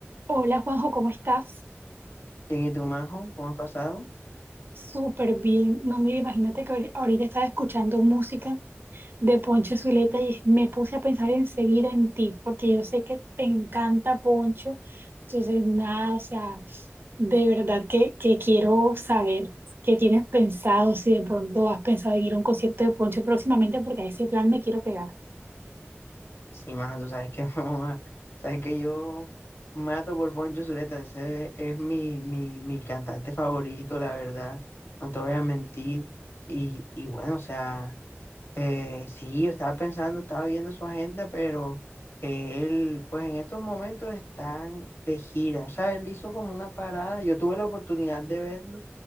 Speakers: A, on the right (about 55°); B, on the left (about 60°).
A: Hola Juanjo, ¿cómo estás?
B: Bien, ¿y tú, Majo? ¿Cómo has pasado?
A: Súper bien. No, mira, imagínate que ahori- ahorita estaba escuchando música de Poncho Zuleta y me puse a pensar enseguida en ti, porque yo sé que te encanta Poncho. Entonces, nada, o sea, de verdad que, que quiero saber qué tienes pensado, si de pronto has pensado en ir a un concierto de Poncho próximamente, porque a ese plan me quiero pegar.
B: Sí, Majo, tú sabes que, <laughs> joa, sabes que yo mato por Poncho Zuleta. Ese es mi, mi, mi cantante favorito, la verdad. No te voy a mentir. Y, y bueno, o sea. Eh, sí, yo estaba pensando, estaba viendo su agenda, pero él, pues en estos momentos están de gira. O sea, él hizo como una parada. Yo tuve la oportunidad de verlo